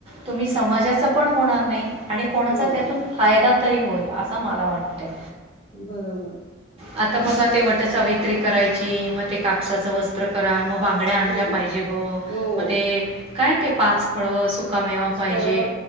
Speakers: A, on the right; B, on the left.
A: तुम्ही समाजाचं पण होणार नाही. आणि कोणाचा
B: हो.
A: त्यातून फायदा तरी होईल, असं मला वाटतयं.
B: बरोबर.
A: आता बघा ते वट सावित्री करायची, मग ते कापसाचं वस्त्र करा मग बांगड्या आणल्या
B: हं.
A: पाहिजे गं
B: हो.
A: मग ते काय ते पाच फळ सुकामेवा पाहिजे
B: फळं,